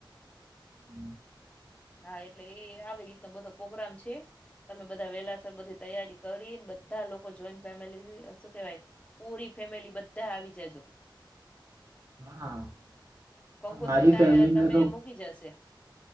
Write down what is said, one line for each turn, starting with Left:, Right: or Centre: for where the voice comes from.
Right: <inaudible>
Left: હા! એટલે એ આવી રીતનો બધો પ્રગ્રામ છે. તમે બધા વેલાસર બધી તૈયારી કરી, બધા લોકો જોઈન્ટ ફેમિલી શું કેવાય? પૂરી ફેમિલી બધા આવી જાજો. <unintelligible>
Right: હા
Left: કંકોત્રી
Right: મારી
Left: તાય તમે
Right: ને તો
Left: મૂકી જશે.